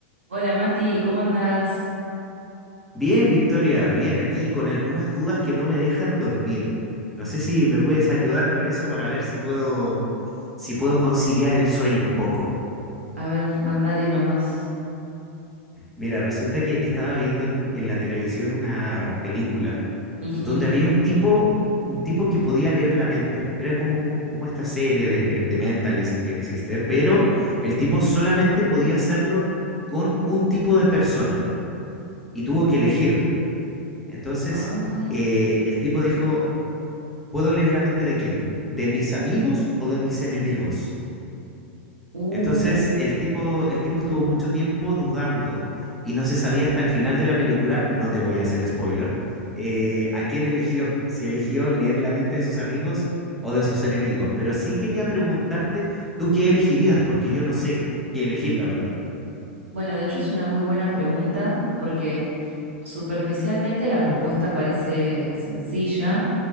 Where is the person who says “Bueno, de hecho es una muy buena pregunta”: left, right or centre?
Right